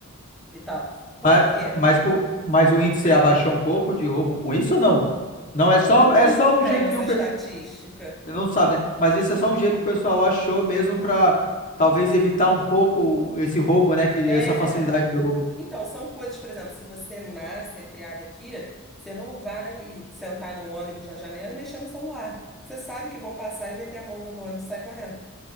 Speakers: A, in the centre; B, on the left.
A: e tal. Por
B: Mas,
A: quê?
B: mas, co- mas o índice abaixou um pouco de roubo com isso ou não? Não, é só,
A: Não,
B: é
A: não
B: só um
A: tenho
B: jeito
A: essa
B: que o,
A: estatística.
B: pe- Não sabe, né? Mas esse é só um jeito que o pessoal achou mesmo para talvez evitar um pouco esse roubo, né? Que,
A: É
B: essa facilidade do roubo.
A: Então, são coisas, por exemplo, se você nasce, é criado aqui, você não vai sentar no ônibus na janela e mexer no celular. Você sabe que vão passar e meter a mão dentro do ônibus e sair correndo.